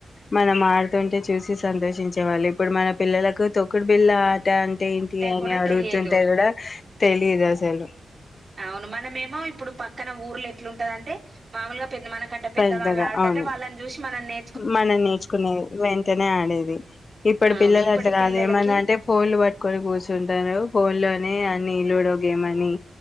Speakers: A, on the left; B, on the right.
A: మనం ఆడుతుంట అంటే చూసి సంతోషించే వాళ్ళు ఇప్పుడు మన పిల్లలకు తొకుడు బిల్ల అంటే అంటే ఏంటి అని
B: కూడా
A: అడుగుతుంటే
B: తెలియదు
A: కూడా తెలిదా సలు
B: అవును మనమేమో ఇప్పుడు పక్కన ఊర్లు ఎట్లుంటంది అం టే మామూలుగా పెద్ద మనకంటే పెదవులు
A: పెద్దగా
B: ఆడుతాంటే
A: అవును
B: వాళ్ళని చూసి మనని నే
A: మనం నేర్చుకునేది వెంటనే ఆడేది ఇప్పుడు
B: అవును
A: పిల్లల
B: ఇప్పటి
A: అట్ కాదు
B: పిల్లలకి
A: ఏమన్నా అంటే ఫోన్లు పట్టుకొని కూర్చుంటారు ఫోన్ లోనే అన్ని లూడో గేమ్ అని